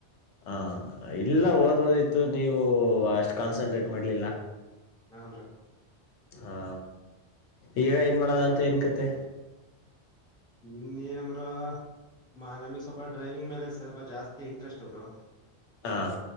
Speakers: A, on the left; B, in the centre.
A: ಹಾ ಇಲ್ಲ ಓದ್ಬೋದಿತ್ತು ನೀವು ಅಷ್ಟು ಕಾನ್ಸನ್ಟ್ರೇಟ್ ಮಾಡ್ಲಿಲ್ಲ
B: ಹೌ್ರಾ
A: ಹಾ ಈಗ ಏನ್ ಮಾಡದ ಅಂತ ಏನ್ ಕತೆ
B: ಇನ್ನ ಅಮರ ಮ ನಮಗ್ ಸ್ವಲ್ಪ ಡ್ರೈವಿಂಗ್ ಮೇಲೆ ಸ್ವಲ್ಪ ಜಾಸ್ತಿ ಇಂಟ್ರೆಸ್ಟ್ ಇಬ್ರು
A: ಹಾಂ